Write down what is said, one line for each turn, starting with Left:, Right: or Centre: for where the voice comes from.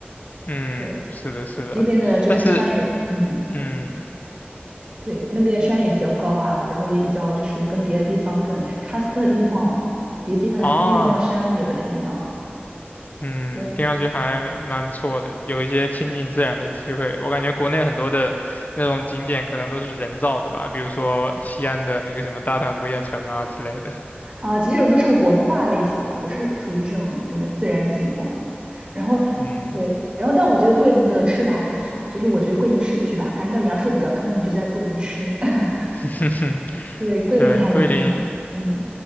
Left: 嗯，
Right: 对。
Left: 是的，是的，
Right: 那边的就是山也，
Left: 但是
Right: 嗯，
Left: 嗯
Right: 对，那边的山也比较高啊，然后也比较就是跟别的地方可能喀斯特地貌嘛，别的地方地方的山也不太一样。
Left: 啊。嗯，
Right: 对，
Left: 听上去还蛮不错的，有一些亲近自然的机会。我感觉国内很多的那种景点可能都是人造的吧，比如说西安的那个什么大唐不夜城啊之类的。
Right: 啊，这种都是文化类型了，不是属于这种什么自然景观。然后对，
Left: 嗯，
Right: 然后但我觉得桂林的吃的还不错，就是我觉得桂林市区吧，反正叫阳朔比较坑，你就在桂林吃。<laughs>
Left: <laughs>
Right: 对，桂林还能挺嗯，
Left: 对，桂林